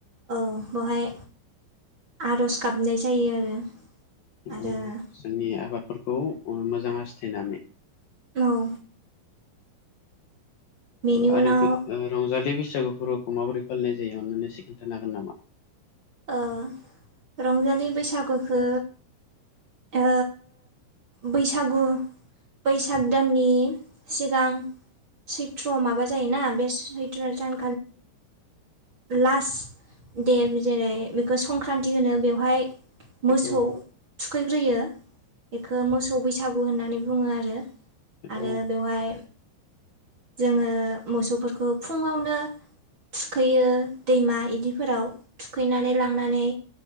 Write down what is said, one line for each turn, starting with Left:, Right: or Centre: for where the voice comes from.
Right: औ बेहाय आर'ज गाबनाय जायो आरो। आरो
Left: औ जोंनि आबादफोरखौ मोजां हासथायनानै
Right: औ बेनि
Left: आरो
Right: उनाव
Left: रंजालि बेसे <unintelligible> माबोरै फालिनाय जायो अन्नानै एसे खोन्थानो हागोन नामा?
Right: ओ रंजालि बैसागुखौ ओ बैसागु बैसाग दाननि सिगां सैत्र माबा जायोना बे सैत्र सान लास दे बि जेरै बेखौ संक्रान्ति होनो बेवहाय मोसौ
Left: औ
Right: थुखैग्रोयो। बेखौ मोसौ बैसागु होननानै बुङो आरो। आरो
Left: औ
Right: बेवहाय जोङो मोसौफोरखौ फुङावनो थुखैयो दैमा इदिफोराव थुखैनानै लांनानै